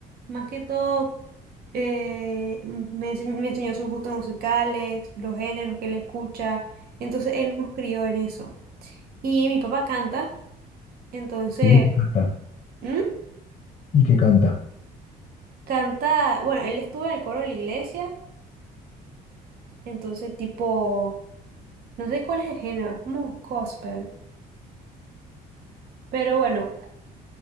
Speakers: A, on the right; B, on the left.
A: más que todo eh, me enseñ- me enseñó sus gustos musicales, los géneros que él escucha. Entonces él nos crió en eso. Y mi papá canta, entonces
B: Sí, que canta.
A: ¿Mm?
B: ¿Y que canta?
A: canta, bueno, él estuvo en el coro de la iglesia, entonces tipo, no sé cuál es el género, es como gospel. Pero bueno,